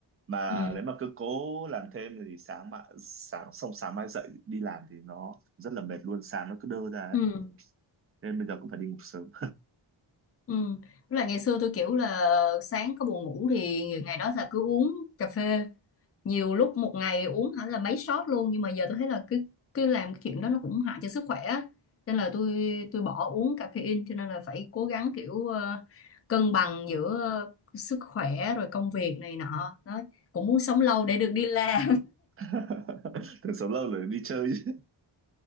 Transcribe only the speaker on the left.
ừ
ừ
Ừ. Với lại ngày xưa tôi kiểu là sáng có buồn ngủ thì ngày đó là cứ uống cà phê nhiều lúc một ngày uống hẳn là mấy shot luôn nhưng mà giờ tôi thấy là cứ cứ làm cái chuyện đó nó cũng hại cho sức khỏe á. nên là tôi tôi bỏ uống caffeine cho nên là phải cố gắng kiểu ờ, cân bằng giữa sức khỏe rồi công việc này nọ đó cũng muốn sống lâu để được đi làm